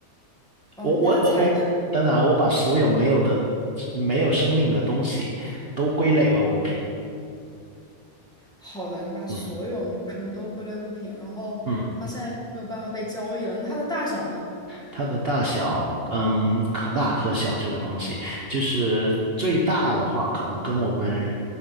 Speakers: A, in the centre; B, on the right.
A: 哦，
B: 我我我我，
A: 那它的材质，
B: 等等啊，我把所有没有的、没有生命的东西都归类为物品。
A: 好的，你把所有没有生命都归类物品，
B: 嗯
A: 然后它现在又没有办法被交易了，
B: 嗯
A: 那它的大小呢？
B: 它的大小，嗯，可大可小。这个东西就是最大的话，可能跟我们